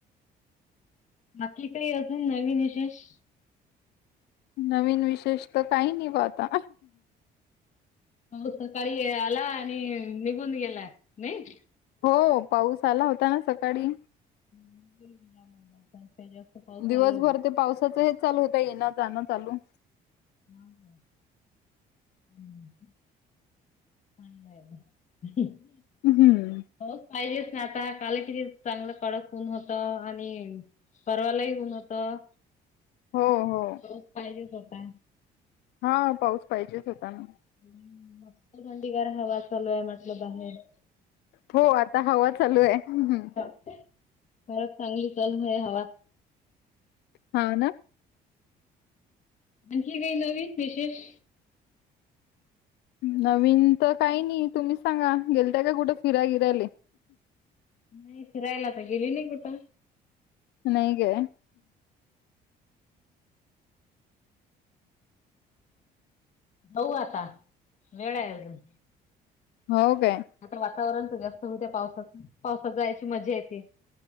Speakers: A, on the left; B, on the left.
A: बाकी काय अजून नवीन विशेष?
B: नवीन विशेष तर काही नाही बा आता.
A: पाऊस सकाळी आला आणि निघून गेला नाही.
B: हो पाऊस आला होता ना सकाळी.
A: <unintelligible>
B: दिवसभर
A: आला नाही.
B: ते पावसाचा हेच चालू होता येणं जाणं चालू.
A: नाव काय हम्म. <unintelligible>
B: उम्म हम्म.
A: पाऊस पाहिजेच ना आता काले किती चांगलं कडक उन होत आणि परवालाही ऊन होतं
B: हो हो
A: पाऊस पाहिजेच होता.
B: हा पाऊस पाहिजेच होता ना.
A: हम्म मस्त थंडीगार हवा चालू आहे म्हटलं बाहेर.
B: हो आता हवा चालू आहे हम्म हम्म.
A: मग चांगली <unintelligible> आहे हवा.
B: हा ना.
A: आणिखी काय नवीन विशेष?
B: नवीन तर काही नाही तुम्हीच सांगा गेल त्या काय कुठे फिराय गिरायले.
A: नाही फिरायला तर गेली नाही कुठं.
B: नाही गेये.
A: पाहू आता वेळ आहे अजून.
B: हो काय.
A: आता वातावरण तर जास्त होत्या पावसाच पावसात जायची मजा येते.